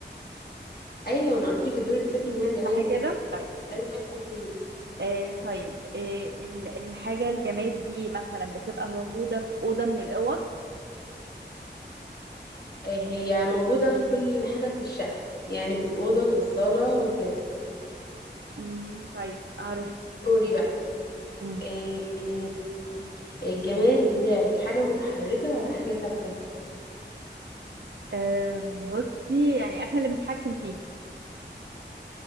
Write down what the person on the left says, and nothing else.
ايوه انا قلت لك الدور اللي فات انها جماد
اسالي بقى سؤال تاني
إيه هي موجوده في كل حاجه في الشقه يعني في الاوضه في الصاله وكده
دوري بقى
إيه الجماد بتاعك حاجة متحركة ولا حاجة ثابتة